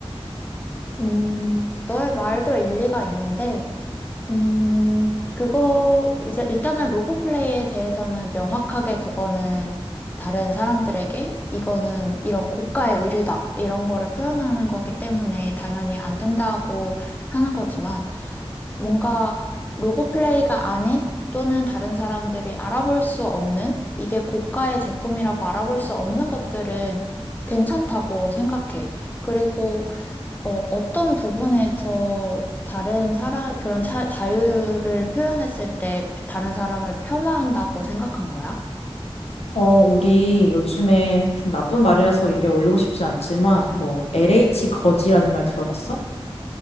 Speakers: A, on the left; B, on the left.
A: 음, 너의 말도 일리가 있는데, 음, 그거, 이제 일단은 로고 플레이에 대해서는 명확하게 그거는 다른 사람들에게 이거는 이런 고가의 의류다, 이런 거를 표현하는 거기 때문에 당연히 안 된다고 하는 거지만, 뭔가 로고 플레이가 아닌 또는 다른 사람들이 알아볼 수 없는, 이게 고가의 제품이라고 알아볼 수 없는 것들은 괜찮다고 생각해. 그리고 어, 어떤 부분에서 다른 사람, 그런 차, 자유를 표현했을 때 다른 사람을 폄하한다고 생각한 거야?
B: 어, 우리 요즘에 좀 나쁜 말이라서 입에 올리고 싶지 않지만, 뭐, LH 거지라는 말 들어봤어?